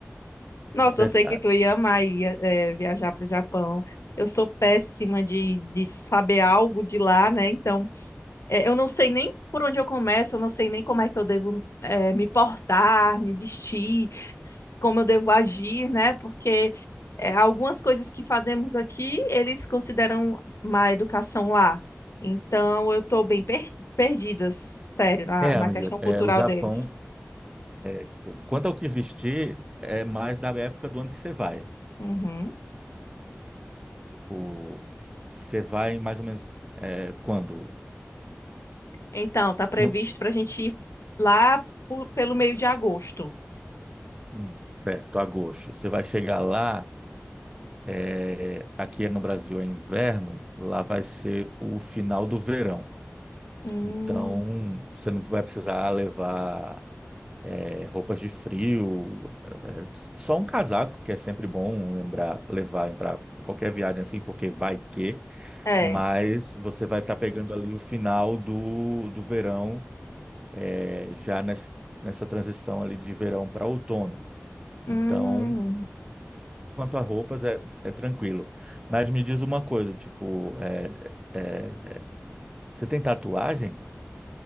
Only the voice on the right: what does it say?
de verdade.
É,
amiga,
é,
o Japão.
Tipo, quanto ao que vestir, é mais da época do ano que você vai.
Tipo, você vai mais ou menos é, quando?
No,
hum, certo, agosto. Você vai chegar lá, é, aqui é no Brasil é inverno, lá vai ser o final do verão.
Então, você não vai precisar levar é, roupas de frio, é, só um casaco, que é sempre bom lembrar, levar para qualquer viagem assim, porque vai que.
mas você vai estar pegando ali o final do, do verão, é, já nesse, nessa transição ali de verão para outono. Então,
quanto a roupas, é, é tranquilo. Mas me diz uma coisa, tipo, é, é, você tem tatuagem?